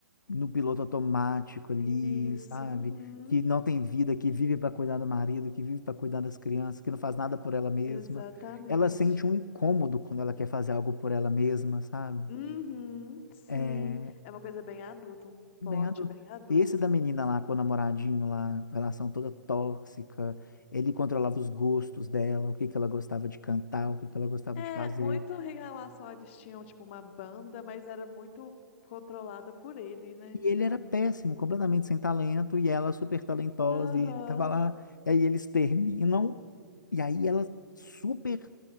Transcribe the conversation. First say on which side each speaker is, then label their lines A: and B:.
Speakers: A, on the left (about 70°); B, on the left (about 40°).
A: no piloto automático ali,
B: Isso.
A: sabe?
B: Uhum.
A: Que não tem vida, que vive para cuidar do marido, que vive para cuidar das crianças, que não faz nada por ela mesma.
B: Exatamente.
A: Ela sente um incômodo quando ela quer fazer algo por ela mesma, sabe?
B: Uhum, sim.
A: É,
B: É uma coisa bem adulta, um plot
A: Bem adulto.
B: bem adulto.
A: Esse da menina lá com o namoradinho lá, relação toda tóxica, ele controlava os gostos dela, o que que ela gostava de cantar, o que que ela gostava
B: É,
A: de fazer.
B: muito em relação a eles tinham, tipo, uma banda, mas era muito controlada por ele, né?
A: E
B: Se
A: ele
B: eu
A: era
B: não-
A: péssimo, completamente sem talento, e ela super talentosa,
B: Aham,
A: e ele tava lá, e aí eles terminam, e aí ela super,